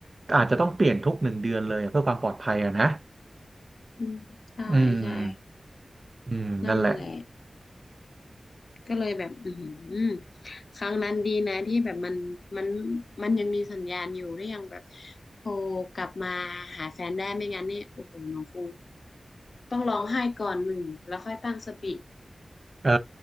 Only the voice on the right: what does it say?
อาจจะต้องเปลี่ยนทุกหนึ่งเดือนเลยเพื่อความปลอดภัยอะนะ
อืมอืมนั่นแหละ
เออ